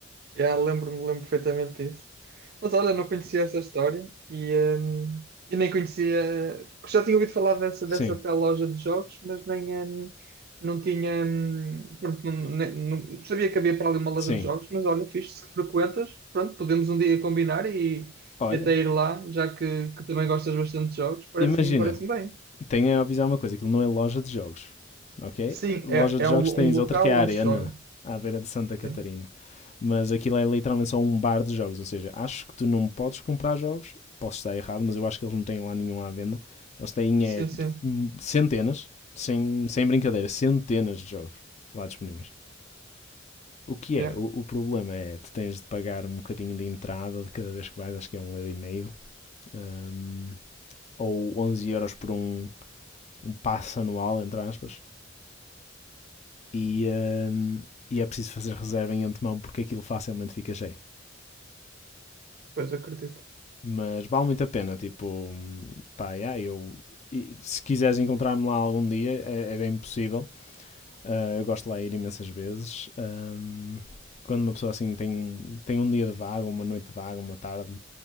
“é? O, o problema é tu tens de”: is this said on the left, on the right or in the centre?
Left